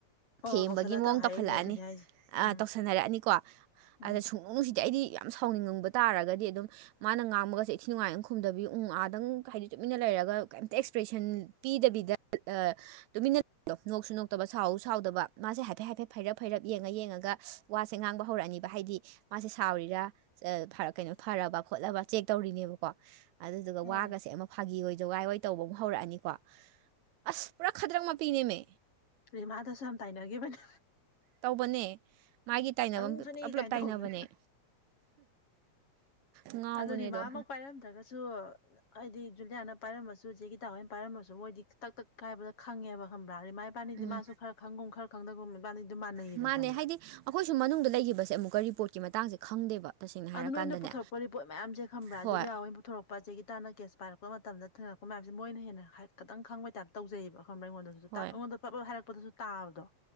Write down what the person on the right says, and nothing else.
ꯊꯦꯝꯕꯒꯤ
ꯃꯑꯣꯡ
ꯇꯧꯈꯠꯂꯛꯑꯅꯤ
ꯑ ꯇꯧꯁꯟꯅꯔꯛꯑꯅꯤꯀꯣ꯫
ꯑꯗ ꯁꯨꯡꯅꯨꯡ ꯅꯨꯡꯁꯤꯗꯤ ꯑꯩꯗꯤ ꯌꯥꯝ ꯁꯥꯎꯅꯤꯡꯉꯕ ꯇꯥꯔꯒꯗꯤ ꯑꯗꯨꯝ꯫ ꯃꯥꯅ ꯉꯥꯡꯕꯒꯁꯦ ꯏꯊꯤ ꯅꯨꯡꯉꯥꯏꯅ ꯈꯨꯝꯗꯕꯤ ꯎ ꯑꯥꯗꯪ ꯍꯥꯏꯗꯤ ꯇꯨꯃꯤꯟꯅ ꯂꯩꯔꯒ ꯀꯩꯝꯇ ꯑꯦꯛꯁꯄ꯭ꯔꯦꯁꯟ ꯄꯤꯗꯕꯤꯗ꯫ ꯑ <unintelligible> ꯇꯨꯃꯤꯟꯅ ꯂꯩꯕꯗꫭ ꯅꯣꯛꯁꯨ ꯅꯣꯛꯇꯕ ꯁꯥꯎꯁꯨ ꯁꯥꯎꯗꯕ ꯃꯥꯁꯦ ꯍꯥꯏꯐꯦꯠ ꯍꯥꯏꯐꯦꯠ ꯐꯩꯔꯞ ꯐꯩꯔꯞ ꯌꯦꯡꯉ ꯌꯦꯡꯉꯒ ꯋꯥꯁꯦ ꯉꯥꯡꯕ ꯍꯧꯔꯛꯑꯅꯤꯕ ꯍꯥꯏꯗꯤ ꯃꯥꯁꯦ ꯁꯥꯎꯔꯤꯔꯥ ꯀꯩꯅꯣ ꯐꯔꯕ ꯈꯣꯠꯂꯕ ꯆꯦꯛ ꯇꯧꯔꯤꯅꯦꯕꯀꯣ ꯑꯗꯨꯗꯨꯒ
ꯋꯥꯒꯁꯦ ꯑꯃꯨꯛ ꯐꯥꯒꯤ ꯑꯣꯏ ꯋꫭꯏ ꯖꫭꯒꯥꯏ ꯋꫭꯏ ꯇꯧꯕꯃꯨꯛ ꯍꯧꯔꯛꯑꯅꯤꯀꯣ ꯑꯁ ꯄꯨꯔꯥ ꯈꯗ꯭ꯔꯛ ꯃꯄꯤꯅꯦꯃꯤ
ꯇꯧꯕꯅꯦ ꯃꯥꯒꯤ ꯇꯥꯏꯅꯐꯝ
ꯄꯨꯂꯞ ꯄꯨꯂꯞ
ꯇꯥꯏꯅꯕꯅꯦ
ꯉꯥꯎꯕꯅꯦ
ꯑꯗꯣ
ꯎꯝ
ꯃꯥꯅꯦ
ꯍꯥꯏꯗꯤ ꯑꯩꯈꯣꯏꯁꯨ ꯃꯅꯨꯡꯗ ꯂꯩꯈꯤꯕꯁꯦ ꯑꯃꯨꯛꯀ ꯔꯤꯄꯣꯔꯠꯀꯤ ꯃꯇꯥꯡꯁꯦ ꯈꯪꯗꯦꯕ ꯇꯁꯦꯡꯅ
ꯍꯥꯏꯔꯀꯥꯟꯗꯅꯦ
ꯍꯣꯏ
ꯍꯣꯏ